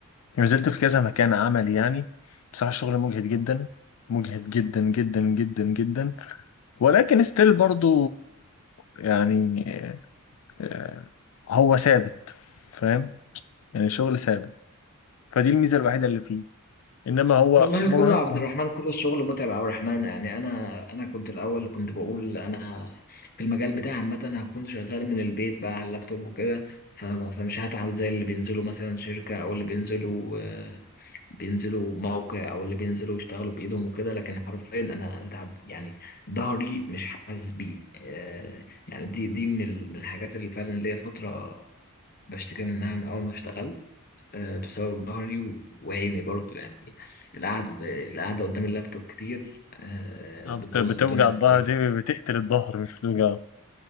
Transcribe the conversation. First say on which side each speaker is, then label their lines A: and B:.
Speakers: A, on the left; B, on the left.
A: يعني نزلت في كذا مكان عمل يعني بصراحه شغل مجهد جدا مجهد جدا جدا جدا جدا ولكن ستيل برضو يعني آه، هو ثابت فاهم يعني شغل ثابت فدي الميزة الوحيدة اللي فيه إنما هو
B: والله
A: مرهقكم
B: كله عبد الرحمن كله الشغل متعب يا عبد الرحمن يعني انا انا كنت الاول كنت بقول انا في المجال بتاعي عامه هكون شغال من البيت بقى على اللابتوب وكده ف- فمش هتعب زي اللي بينزلوا مثلا شركه او اللي بينزلوا آه، بينزلوا موقع او اللي بينزلوا يشتغلوا بايدهم وكده لكن حرفيا انا انا تعب يعني ظهري مش حاسس بيه آه، يعني دي دي من ال- من الحاجات اللي فعلا ليا فتره بشتكي منها من اول ما اشتغلت آه، بسبب ظهري وعيني برضو يعني القعدة القعدة قدام اللابتوب كتير آه، بتبوظ
A: بت- بتوجع
B: الدنيا في
A: الظهر
B: الظهر
A: دي بتقتل الظهر مش بتوجع